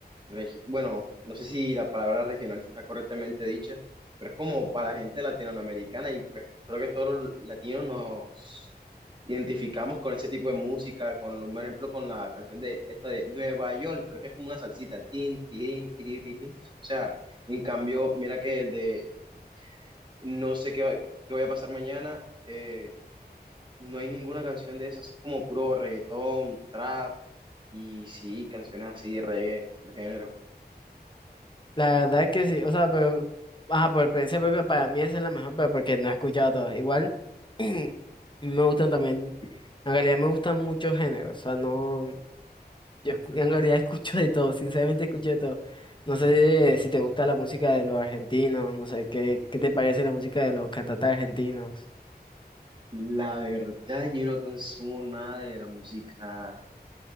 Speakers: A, on the right; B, on the left.
A: regi- bueno, no sé si la palabra regional está correctamente dicha, pero es como para gente latinoamericana y pues creo que todos los latinos nos identificamos con ese tipo de música, con, lo- por ejemplo, con la canción de esta de Nueva York, creo que es como una salsita, tin, tin, tiri, tiri, tin. O sea, en cambio, mira que el de no sé qué, qué voy a pasar mañana. eh, no hay ninguna canción de esas, es como puro reggaetón, trap y sí, canciones así de reggae, de género.
B: La verdad es que sí, o sea, pero, ajá, por experiencia propia, para mí esa es la mejor, pero porque no he escuchado todas. Igual, <clears throat> me gustan también, en realidad me gustan muchos géneros. O sea, no. Yo escu- en realidad escucho de todo, sinceramente escucho de todo. No sé si te gusta la música de los argentinos, no sé qué, qué te parece la música de los cantantes argentinos.
A: La verdad, yo no consumo nada de la música